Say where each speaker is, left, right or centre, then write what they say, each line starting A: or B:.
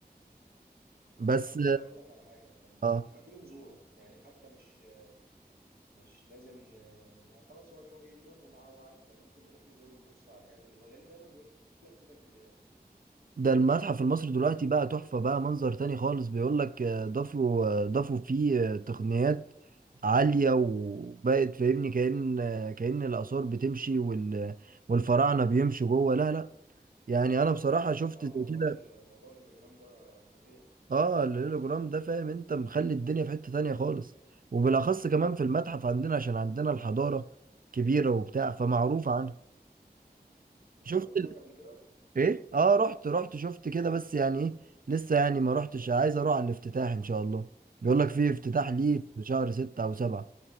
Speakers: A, on the right (about 60°); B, on the right (about 75°).
A: بس
B: طب ما انا اقول لك على حاجه طب
A: اه
B: ما تيجي نزوره يعني حتى مش مش لازم ن- يعني خلاص هو اليوم اليوم والع- وعدى ممكن نروح نزوره نبص على الحاجات اللي جوه لان دايما بيقول لك في تجديدات
A: ده المتحف المصري دلوقتي بقى تحفة بقى منظر تاني خالص بيقول لك آه، ضافوا آه، ضافوا فيه آه، تقنيات عالية وبقت فاهمني كأن آه، كأن الآثار بتمشي وال والفراعنة بيمشوا جوه لا لا يعني انا بصراحة شفت
B: اه
A: زي
B: موضوع
A: كده
B: ال- موضوع الهولوجرام ده فظيع
A: اه الهولوجرام ده فاهم انت مخلي الدنيا في حتة تانية خالص وبالأخص كمان في المتحف عندنا عشان عندنا الحضارة كبيرة وبتاع فمعروف
B: مم.
A: عنها
B: انت
A: شفت
B: رحت هناك قبل كده
A: ايه اه رحت رحت شفت كده بس يعني ايه لسه يعني ما رحتش عايز اروح على الافتتاح ان شاء الله بيقول لك في افتتاح ليه
B: مم.
A: في شهر ستة او سبعة